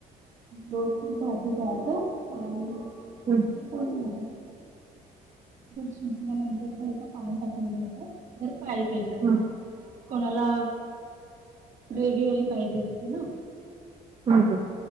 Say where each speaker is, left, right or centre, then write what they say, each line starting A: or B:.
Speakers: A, on the right (about 50°); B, on the right (about 35°).
A: दोस् भाजी द्यायच आणिऽ
B: हम्म,
A: हो ना. शिजल्यानंतर थोडसं पाणी टाकून दायच,, तर पाय प येतातऽ
B: हम्म,
A: कोणाला रेगीवाली पाहिजे असते ना,,
B: ह,,